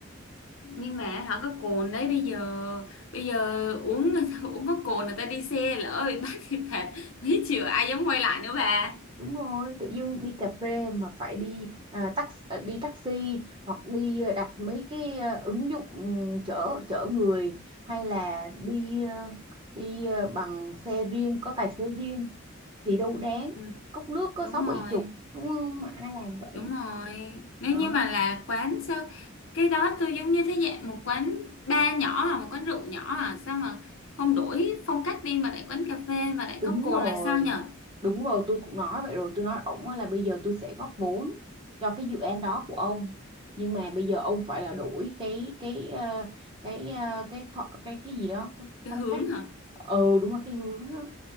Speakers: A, on the left (about 80°); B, on the right (about 25°).
A: nhưng mà họ có cồn đấy bây giờ bây giờ uống <laughs> uống có cồn người ta đi xe lỡ bị bắt thì phạt mấy triệu ai dám quay lại nữa bà
B: Đúng rồi, tự dưng đi cà phê mà phải đi à, tax à, đi taxi hoặc đi à, đặt mấy cái à, ứng dụng ừ, chở chở người hay là đi à, đi à, bằng xe riêng có tài xế riêng thì đâu đáng
A: Ừ,
B: cốc nước có
A: đúng
B: sáu bảy
A: rồi
B: chục đúng không mà ai làm vậy
A: đúng rồi nếu
B: đó
A: như mà là quán sao cái đó tôi giống như thế dạng một quán bar nhỏ à một quán rượu nhỏ à sao mà không đổi phong cách đi mà lại quán cà phê mà lại
B: Đúng
A: có cồn
B: rồi.
A: là sao nhở
B: Đúng rồi, tôi cũng nói vậy rồi. Tôi nói ổng á là bây giờ tôi sẽ góp vốn cho cái dự án đó của ông. Nhưng mà bây giờ ông phải là đổi cái cái ờ, cái ờ, cái phọ- cái cái gì đó, cái
A: cái
B: phong
A: hướng
B: cách.
A: hả
B: Ừ đúng là cái hướng đó.